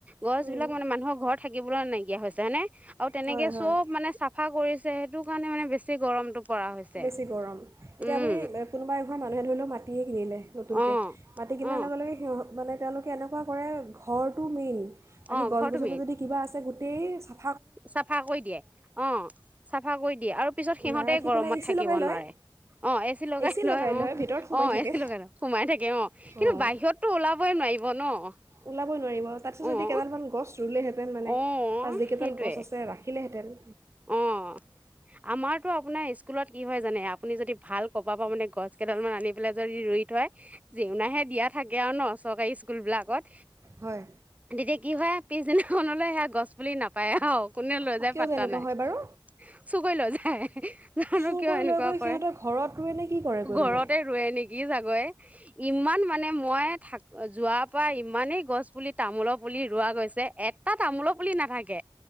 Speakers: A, on the right; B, on the right.
A: গছ
B: উম,
A: বিলাক মানে মানুহৰ ঘৰত থাকিবলৈ নাই এতিয়া হৈছে, হয়, নে? আৰু তেনেকে
B: হয় হয়
A: চব, মানে, চাফা কৰিছে সেইটো কাৰণে মানে, বেছি গৰমটো কৰা হৈছে।
B: বেছি গৰম। এতিয়া,
A: উম
B: আপুনি কোনোবা এঘৰ মানুহে, ধৰি লওক, মাতি মাটিয়ে কিনিলে, নতুনকে
A: অ'
B: মাটি কিনাৰ
A: অ'
B: লগে লগে, সিহঁ মানে, তেওঁলোকে এনেকুৱা কৰে। ঘৰটো মেইন বাকী,
A: অ'
B: গছ-গছনিও
A: ঘৰ তুমি
B: যদি কিবা আছে গো <unintelligible>
A: চাফা কৰি দিয়ে। অ', চাফা কৰি দিয়ে। আৰু পিছত সিহঁতে
B: নাৰাখি
A: গ গৰমত
B: পেলাই এ চি
A: থাকিব
B: লগাই লয়
A: নোৱাৰে। অ', এচি লগাই
B: এ চি
A: লয়। অ',
B: ভিতৰত সোমাই
A: অ',
B: থাকে
A: এচি লগাই লয়, সোমাই থাকে। অ', কিন্তু
B: অঁ
A: বাহিৰততো ওলাবই নোৱাৰিব ন?
B: ওলাবই নোৱাৰিব। তাতছে যদি
A: অ',
B: কেইডালমান গছ ৰুলেহেঁতেন, মানে,
A: অ',
B: আৰু যিকেইডাল
A: সেইটোৱে
B: গছ আছে। ৰাখিলে হেঁতেন
A: অ', আমাৰতো, আপোনাৰ স্কুলত, কি হয় জানে? আপুনি যদি ভাল কৰবা পৰা, মানে, গছকেইডালমান আনি পেলাই, যদি ৰুই থয় জেউৰাহে দিয়া থাকে, আৰু ন, চৰকাৰী স্কুলবিলাকত।
B: হয়
A: তেতিয়া কি হয়, পিছদিনাখনলৈ সেয়া গছপুলি নাপা পায় আৰু কোনে লৈ
B: অঁ
A: যায়?
B: কিয়
A: পাত্তা
B: তেনেকুৱা
A: নাই
B: হয় বাৰু
A: চুৰ কৰি লৈ যায় জানো
B: চুৰ
A: কিয়
B: কৰি
A: এনেকুৱা
B: লৈ গৈ
A: কৰে,
B: সিহঁতৰ ঘৰত ৰুৱে নে কি কৰেগৈ
A: ঘৰতে
B: মানে
A: ৰোৱে নেকি চাগয়, ইমান মা মানে, মই থাক, যোৱাৰ পৰা, ইমানেই গছপুলি, তামোলৰ পুলি ৰোৱা গৈছে। এ তা, তামোলৰ পুলি নাথাকে